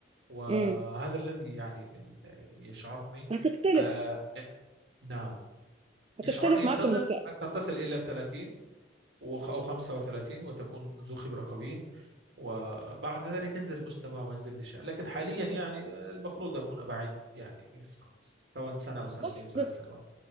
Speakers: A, on the right; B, on the right.
A: وهذا
B: امم
A: الذي يعني ال- يشعرني
B: هتختلف
A: آه نعم يشعرني
B: هتختلف معاك
A: انتظر
B: في المستقبل
A: حتى تصل إلى الثلاثين وخ- أو خمسة وثلاثين وتكون ذو خبرة قوية وبعد ذلك ينزل المجتمع وينزل الشأن لكن حاليا يعني آه، المفروض أكون أبعد يعني س- سواء سنة أو سنتين
B: بص
A: ثلاث سنوات